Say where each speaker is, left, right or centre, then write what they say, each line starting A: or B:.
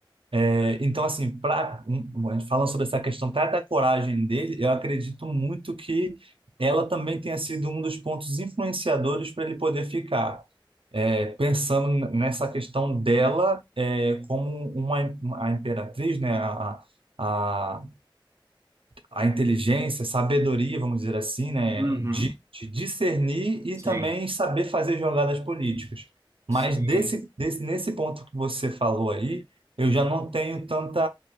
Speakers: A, on the right (about 90°); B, on the right (about 35°).
A: é, então assim, pra, um, um, a gente falando sobre essa questão até da coragem dele, eu acredito muito que ela também tenha sido um dos pontos influenciadores para ele poder ficar é, pensando nessa questão dela é, como uma, a imperatriz, né, a, a, a inteligência, sabedoria, vamos dizer assim, né,
B: Uhum.
A: de, de discernir e
B: sim,
A: também saber fazer jogadas políticas. Mas
B: sim.
A: desse, desse, nesse ponto que você falou aí, eu já não tenho tanta